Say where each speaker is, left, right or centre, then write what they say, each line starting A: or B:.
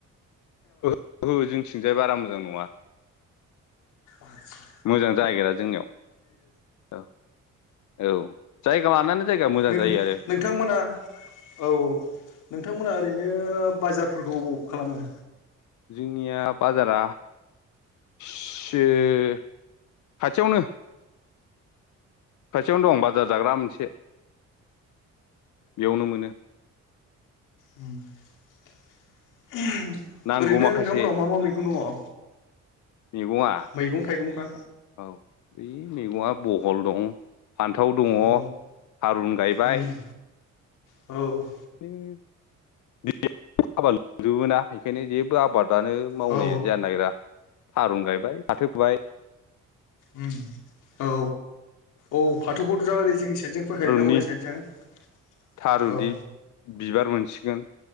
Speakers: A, on the left (about 75°); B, on the left (about 85°).
A: ओहो जोंथिंजाय बारा मोजां नङा
B: आतसा
A: मोजां जागेरा जोंनियाव औ औ जायगा लानानै जायगा मोजां
B: नों
A: जायो आरो
B: नोंथांमोना औ नोंथांमोना ओरैनो बाजारफोरखौ खालामो
A: जोंनिया बाजारा <unintelligible>
B: औ
A: खाथियावनो खाथियावनो दं बाजार जाग्रा मोनसे बेयावनो मोनो
B: ओम <unintelligible>
A: नांगौ
B: ओरैनो
A: माखासे
B: नोंथांमोनाव मा मा मैगं दङ?
A: मैगङा
B: मैगं थाइगंफ्रा
A: औ बै मैगङा बहल दं। फान्थाव दङ
B: औ
A: थारुन गायबाय
B: उम औ
A: <unintelligible> लोंजोबोना बेखायनो जेबो आबाद फ्रानो मावनायानो
B: औ
A: जानो नागिरा थारुन गायबाय फाथो फु
B: ओम औ औ फाथोखौथ' दा ओरै जोंनि साइदजों फैखायोदा
A: थारुननि
B: हरै साइदजों औ।
A: थारुननि बिबार मोनसिगोन